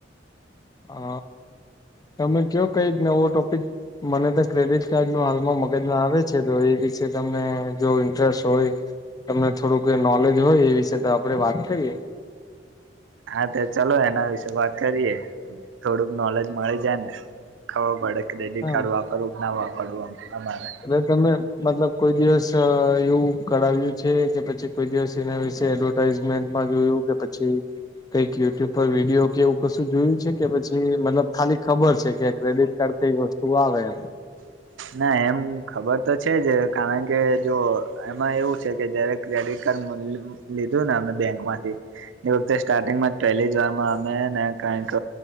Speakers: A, on the left; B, on the right.
A: હ તમે કયો કઈ નવો ટોપિક મને તો ક્રેડિટ- દ ન હાલમાં મગજમાં આવે છે તો એ વિશે તમને જો ઇન્ટરેસ્ટ હોય તમને થોડું કઈ નોલેજ હોય એ વિશે તો આપડે વાત કરીએ
B: હા તો ચલો એના વિશે વાત કરીએ થોડુંક નોલેજ મળી જાય ને. ખબર પડે ક્રેડિટ
A: હા
B: કાર્ડ વાપરવું ના વાપરવું અમારે
A: એલે તમે મતલબ કોઈ દિવસ એવું કરાવ્યું છે કે પછી કોઈ દિવસ તેના વિશે એડવર્ટાઈઝમેન્ટમાં જોયું કે પછી કઈક યુટ્યુબ પર વિડીયો કેવું કશું જોયું છે કે પછી મતલબ ખાલી ખબર છે કે ક્રેડિટ કાર્ડ કઈ વસ્તુ આવે એમ.
B: ના એમ ખબર તો છે જ કારણ કે જો એમાં એવું છે કે જયારે ક્રેડિટ કાર્ડ લીધું ને અમે બેંકમાંથી - એ વખતે સ્ટાર્ટિંગમાં જ પહેલી જો વારમાં અમે ને કઈક